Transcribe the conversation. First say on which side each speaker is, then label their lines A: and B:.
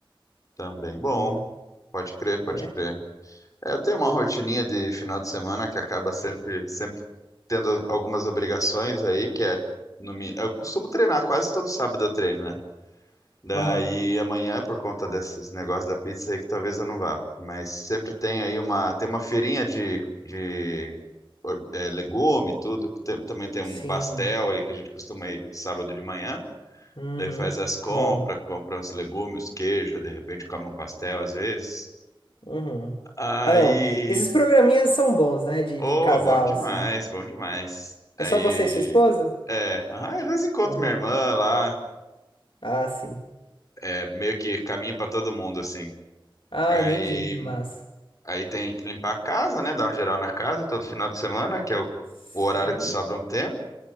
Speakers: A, on the left; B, on the left.
A: Também bom.
B: amanhã,
A: Pode crer, pode
B: né?
A: crer. É, eu tenho uma rotininha de final de semana que acaba sempre, sempre tendo algumas obrigações aí, que é no, mi- eu costumo treinar quase todo sábado eu treino, né? Daí
B: Aham.
A: amanhã, por conta desses negócios da pizza aí, que talvez eu não vá. Mas sempre tem aí uma, tem uma feirinha de, de or- é, legume, e tudo. Tem- também tem um
B: Sim.
A: pastel ali que a gente costuma ir sábado de manhã.
B: Uhum.
A: Daí faz as compras,
B: Bom.
A: compra os legumes, queijo, de repente come um pastel às vezes.
B: Uhum.
A: Aí
B: Ah, não. Esses programinhas são bons, né? De,
A: Oh,
B: de casal,
A: bom demais,
B: assim.
A: bom demais. Aí,
B: É só você e sua esposa?
A: é, aham, às vezes encontro
B: Ah,
A: minha irmã lá,
B: ah, sim.
A: é, meio que caminho pra todo mundo, assim.
B: Ah,
A: Aí,
B: entendi. Mas.
A: aí tem que limpar a casa, né? Dar um geral na casa todo final de semana, que é o,
B: Sim.
A: o horário que sobra um tempo.